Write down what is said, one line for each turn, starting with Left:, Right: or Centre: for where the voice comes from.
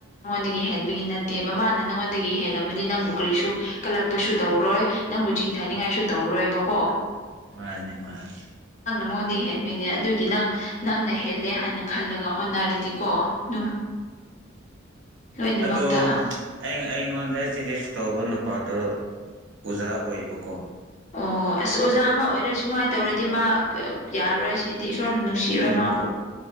Left: ꯗꯒꯤ ꯍꯦꯟꯕꯒꯤ ꯅꯠꯇꯦꯕ ꯃꯥꯅ ꯅꯪꯉꯣꯟꯗꯒꯤ ꯍꯜꯂꯝꯃꯗꯤ ꯅꯪꯕꯨ ꯀꯔꯤꯁꯨ ꯀꯂꯛꯄꯁꯨ ꯇꯧꯔꯣꯏ ꯅꯪꯕꯨ ꯆꯤꯡ ꯆꯤꯡꯊꯅꯤꯡꯉꯥꯏꯁꯨ ꯇꯧꯔꯣꯏꯕꯀꯣ
Right: ꯃꯥꯅꯦ ꯃꯥꯅꯦ
Left: ꯃꯉꯣꯟꯗꯤ ꯍꯦꯠꯕꯩꯅꯦ ꯑꯗꯨꯒꯤ ꯅꯪ ꯅꯪꯅ ꯍꯦꯜꯂꯦ ꯍꯥꯏꯅ ꯈꯜꯂꯒ ꯍꯣꯠꯅꯔꯗꯤꯀꯣ ꯑꯗꯨꯝ ꯂꯣꯏꯅꯃꯛꯇ
Right: ꯑꯗꯣ ꯑꯩ ꯑꯩ ꯑꯩꯉꯣꯟꯗ ꯖꯤꯂꯤꯁ ꯇꯧꯕ ꯅꯨꯄꯥꯗꯣ ꯑꯣꯖꯥ ꯑꯣꯏꯕꯀꯣ
Left: ꯑꯣ ꯑꯁ ꯑꯣꯖꯥ ꯑꯃ ꯑꯣꯏꯔ ꯁꯨꯃꯥꯏꯅ ꯇꯧꯔꯗꯤ ꯃꯥ ꯌꯥꯔꯔꯣꯏ ꯁꯤꯗꯤ ꯏꯁꯣꯔꯅ ꯅꯨꯡꯁꯤꯔꯣꯏ
Right: ꯎꯝ
Left: ꯃꯥꯕꯨ